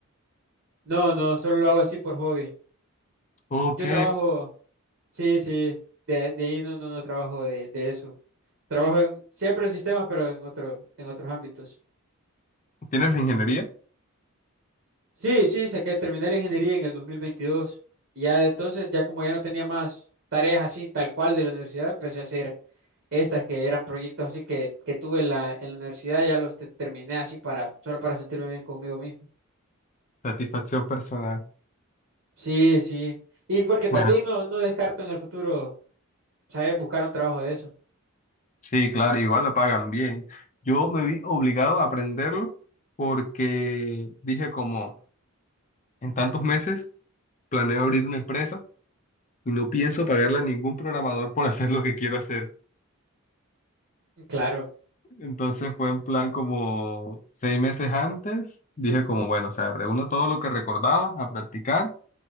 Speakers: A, on the right (about 50°); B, on the left (about 35°).
A: No, no, solo lo hago así por hobby.
B: Ok.
A: Yo trabajo, sí, sí, de, de ahí no, no, no trabajo de, de eso. Trabajo en, siempre en sistemas, pero en otro, en otros ámbitos.
B: ¿Tienes la ingeniería?
A: Sí, sí, saqué, terminé la ingeniería en el dos mil veintidós Y ya de entonces, ya como ya no tenía más tareas así, tal cual de la universidad, empecé a hacer estas que eran proyectos así que, que tuve en la, en la universidad, ya los te- terminé así para, solo para sentirme bien conmigo mismo.
B: Satisfacción personal.
A: Sí, sí. Y porque
B: Bueno.
A: también no, no descarto en el futuro, ¿sabes? Buscar un trabajo de eso.
B: Sí, claro, igual lo pagan bien. Yo me vi obligado a aprenderlo porque dije como en tantos meses planeo abrir una empresa y no pienso pagarle a ningún programador por hacer lo que quiero hacer.
A: Claro.
B: Entonces fue en plan como seis meses antes, dije como bueno, o sea, reúno todo lo que recordaba a practicar